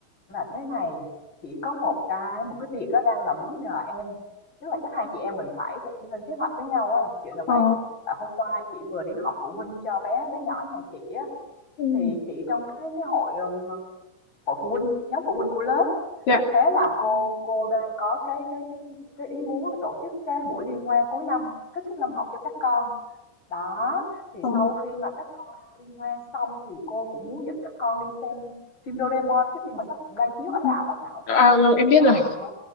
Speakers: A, on the left (about 30°); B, on the left (about 50°).
A: Là thế này, chỉ có một cái một cái việc á đang là muốn nhờ em, tức là chắc hai chị em mình phải phải lên kế hoạch với nhau á, chuyện là
B: Ờ,
A: vậy. Tại hôm qua chị vừa đi họp phụ huynh cho bé bé nhỏ nhà chị á,
B: ừ,
A: thì chị trong cái cái hội, ừm, hội phụ huynh, nhóm phụ huynh của lớp.
B: dạ,
A: Thế là cô cô đang có cái cái cái cái ý muốn là tổ chức cái buổi liên hoan cuối năm, kết thúc năm học cho các con. Đó, thì
B: ờ,
A: sau khi mà các con ăn liên hoan xong thì cô cũng muốn dẫn các con đi xem phim Doraemon, cái phim mà sắp đang chiếu ở
B: ừ.
A: rạp á Thảo
B: à, rồi em biết
A: đó,
B: rồi.